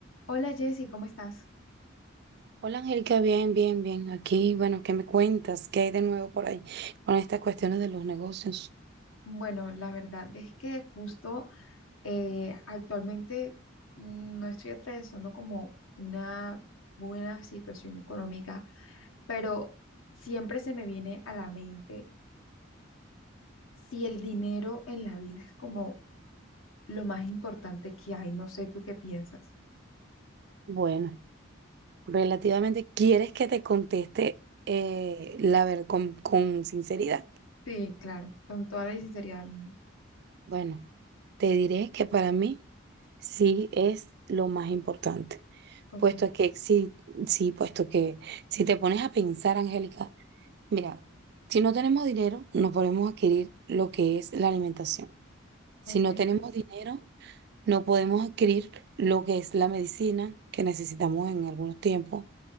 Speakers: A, on the left; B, on the right.
A: Hola Jessy, ¿cómo estás?
B: Hola Angélica, bien, bien, bien. Aquí, bueno, ¿qué me cuentas? ¿Qué hay de nuevo por ahí con estas cuestiones de los negocios?
A: Bueno, la verdad es que justo eh, actualmente mm, no estoy atravesando como una buena situación económica, pero siempre se me viene a la mente si el dinero en la vida es como lo más importante que hay. No sé, ¿tú qué piensas?
B: Bueno, relativamente, ¿quieres que te conteste eh, la ver con, con sinceridad?
A: Sí, claro, con toda la sinceridad del mundo.
B: Bueno, te diré que para mí sí es lo más importante,
A: Ok,
B: puesto que sí, sí, puesto que si te pones a pensar, Angélica, mira, si no tenemos dinero, no podemos adquirir lo que es la alimentación. Si
A: ok,
B: no tenemos dinero, no podemos adquirir lo que es la medicina que necesitamos en algunos tiempos.